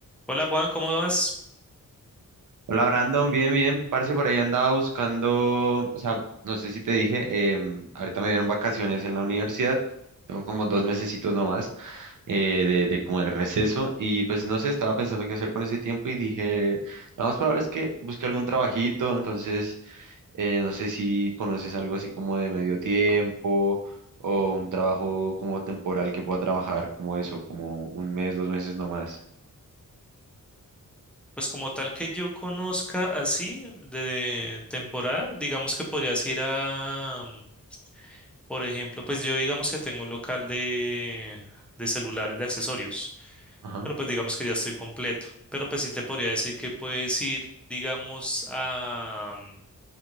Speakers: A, in the centre; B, on the right (about 60°).
A: Hola Juan, ¿cómo vas?
B: Hola Brandon, bien, bien, parce, por ahí andaba buscando, o sea, no sé si te dije, em, ahorita me dieron vacaciones en la universidad, tengo como dos mesecitos nomás eh, de, de como de receso y pues no sé, estaba pensando qué hacer con ese tiempo y dije, lo más probable es que busque algún trabajito, entonces eh, no sé si conoces algo así como de medio tiempo o un trabajo como temporal que pueda trabajar como eso, como un mes, dos meses nomás.
A: Pues como tal que yo conozca así de temporada, digamos que podrías ir a, mm, por ejemplo, pues yo digamos que tengo un local de, de celulares, de accesorios,
B: Ajá.
A: pero pues digamos que ya estoy completo. Pero pues sí te podría decir que puedes ir, digamos, a, mm,